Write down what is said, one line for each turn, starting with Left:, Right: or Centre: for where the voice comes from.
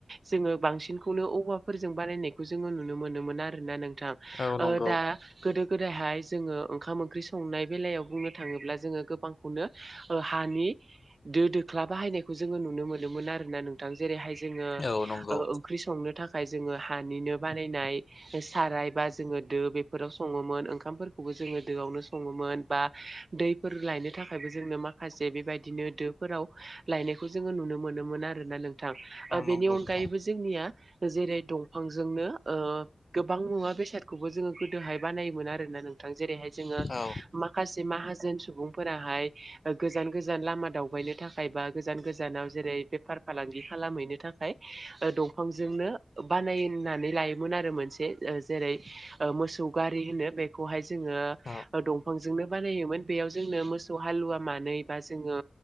Right: जोंङो बांसिनखौनो औवाफोरजों बानायनायखौ जोंङो नुनो मोनोम मोनोमोन आरोना नोंथां।
Left: औ नंगौ
Right: दा गोदो गोदायहाय जोंङो ओंखाम ओंख्रि संनाय बेलायाव बुंनो थाङोब्ला जोङो गोबांखौनो हानि दो दोख्ला बाहायनायखौ जोंङो नुनो मोनोमोन आरो ना नोंथां जेरैहाय जोंङो
Left: औ नंगौ
Right: ओंख्रि संनो थाखाय जोंङो हानिनो बानायनाय साराय बा जोंङो दो बेफोराव सङोमोन ओंखामफोरखौ जोंङो दोआवनो सङोमोन बा दैफोर लायनो थाखायबो जोंनो माखासे बेबायदि बिदिनो दोफोराव लायनायखौ जोंङो नुनो मोनोमोन आरो ना नों थां
Left: औ
Right: बेनि
Left: नंगौ
Right: अनगायैबो
Left: नोंथां
Right: जोंनिया जेरै दंफांजोंनो ओ गोबां मुवा बेसाद खौबो जोंङो गोदोहाय बानायोमोन आरोना नोंथां जेरैहाय जोङो
Left: औ
Right: माखासे माहाजोन सुबुंफोरा हाय गोजान गोजान गोजान लामा दावबायनो थाखाय बा गोजान गोजानाव जेरै बेफार फालांगि खालामहैनो थाखाय दंफांजोंनो बानायनानै लायोमोन आरो मोनसे जेरै मोसौ गारि होनो। बेखौहाय जोंङो
Left: औ
Right: दंफां जोंनो बानायोमोन बेयाव जोंनो मोसौ हालुवा मानै जोंङो